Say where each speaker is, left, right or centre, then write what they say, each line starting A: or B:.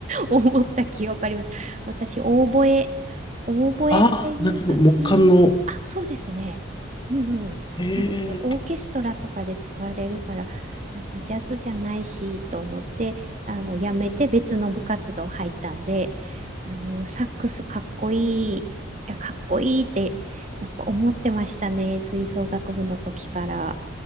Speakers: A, on the right; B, on the left.
A: 思った記憶あります。私、オーボエ、オーボエっていう楽器、
B: ああ、なるほど。木管の、
A: あ、そうですね。うんうん。
B: え
A: なので、オーケストラとかで使われるから、
B: え、
A: なんかジャズじゃないしと思って、あの、やめて別の部活動入ったんで、あの、サックスかっこいい、いや、かっこいいって、やっぱ思ってましたね、吹奏楽部の時から。